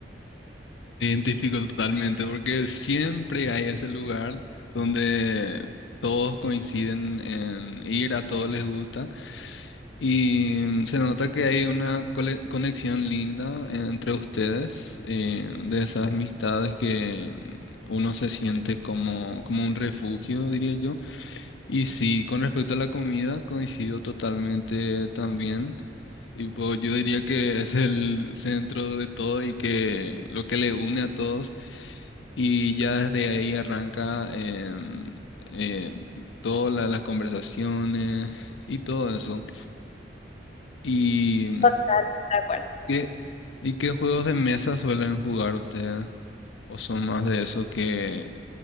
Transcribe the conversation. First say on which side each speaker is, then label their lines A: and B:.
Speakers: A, on the left (about 80°); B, on the left (about 35°).
A: Me identifico totalmente porque siempre hay ese lugar donde todos coinciden en ir, a todos les gusta. Y se nota que hay una cole- conexión linda entre ustedes, eh, de esas amistades que uno se siente como, como un refugio, diría yo. Y sí, con respecto a la comida, coincido totalmente también. Tipo, yo diría que es el centro de todo y que lo que le une a todos. Y ya desde ahí arranca em, em, todas la- las conversaciones y todo eso. Y
B: No, de acuerdo.
A: ¿Qué- ¿Y qué juegos de mesa suelen jugar ustedes? ¿O son más de esos que